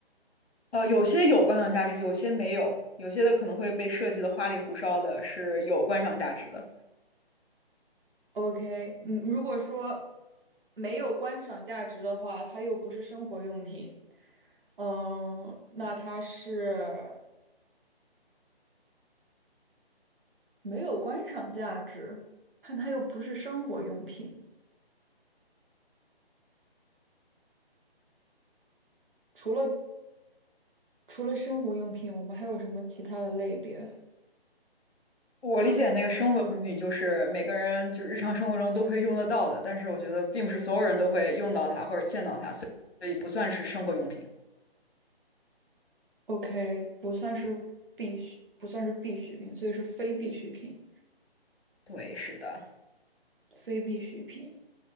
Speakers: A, on the left; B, on the right.
A: 呃，有些有观赏价值，有些没有，有些的可能会被设计的花里胡哨的，是有观赏价值的。
B: ？OK，嗯，如果说没有观赏价值的话，它又不是生活用品。嗯，那它是没有观赏价值，但它又不是生活用品。除了除了生活用品，我们还有什么其他的类别？
A: 我理解那个生活用品就是每个人就是日常生活中都会用得到的，
B: 那
A: 但是我觉得并不是所有人都会用到它或者见到它，所以不算是生活用品。
B: OK，不算是必需，不算是必需品，所以是非必需品。
A: 对，是的，
B: 非必需品